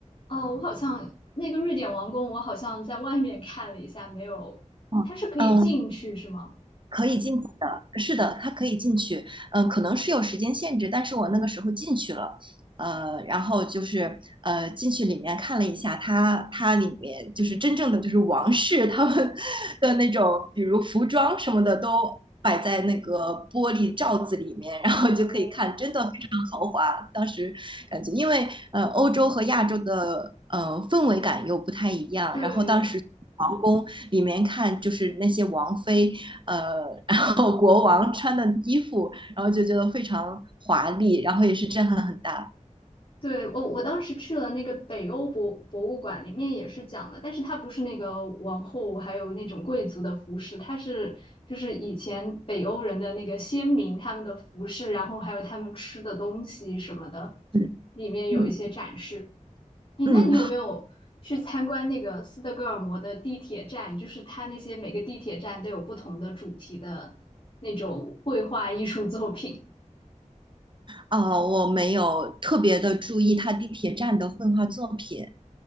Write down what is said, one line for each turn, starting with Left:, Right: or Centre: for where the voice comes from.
Left: 哦，我好像那个瑞典王宫，我好像在外面看了一下，没有，
Right: 嗯，
Left: 它是可以进去是吗？
Right: 嗯，可以进去的，是的，他可以进去，嗯、可能是有时间限制，但是我那个时候进去了，呃，然后就是呃进去里面看了一下它，它里面就是真正的就是王室他们 <laughs> 的那种，比如服装什么的都摆在那个玻璃罩子里面，然后就可以看，
Left: 哦，
Right: 真的非常豪华。当时感觉，因为呃，欧洲和亚洲的呃氛围感又不太一样。
Left: 对
Right: 然后当时皇宫里面看，就是那些王妃，呃，<laughs> 然后国王穿的衣服，然后就觉得非常华丽，然后也是震撼很大。
Left: 对，我我当时去了那个北欧博博物馆，里面也是讲了，但是它不是那个王后还有那种贵族的服饰，它是就是以前北欧人的那个先民他们的服饰，然后还有他们吃的东西什么的，
Right: 嗯
Left: 里面有一些展示。
Right: 嗯
Left: 哎，
Right: 嗯，
Left: 那你有没有去参观那个斯德哥尔摩的地铁站？就是它那些每个地铁站都有不同的主题的那种绘画艺术作品。
Right: 啊、我没有特别的注意他地铁站的绘画作品。